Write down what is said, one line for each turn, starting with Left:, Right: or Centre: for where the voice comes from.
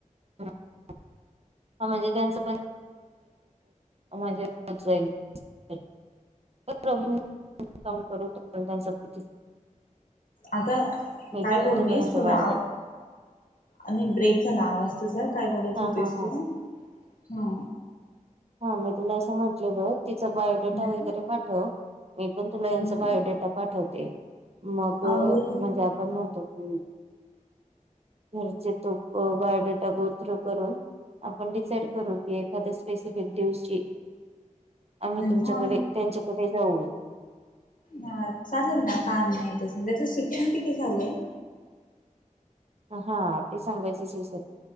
Right: <inaudible> हा म्हणजे त्यांचं पण म्हणजे <unintelligible> कही प्रॉब्लेम काम करू <unintelligible>
Left: अग
Right: मी
Left: काय
Right: पण
Left: बोललीस
Right: तुला यांचा
Left: थोडा
Right: बायोडेटा
Left: आव आणि ब्रेक झाला आवाज. तुझा काय बोलत
Right: हा
Left: होतेस
Right: हा हा
Left: तू हा.
Right: हा मी तुला असं म्हटलेल तिचा बायोडेटा
Left: हम्म
Right: वगैरे पाठव. मी पण तुला यांचा
Left: हम्म
Right: बायोडेटा पाठवते मग
Left: अमूल
Right: म्हणजे आपण म्हणतो ह् घरचे तो बायोडेटा गोथ्रू करून. आपण डिसाईड करू की एखाद्या स्पेसिफिक दिवची आम्ही तुमच्याकडे
Left: हा
Right: त्यांच्याकडे जाऊ.
Left: हा चालेल ना काम नाही तस त्याचं शिक्षण किती झालंय.
Right: हा ते सांगायचं विसरले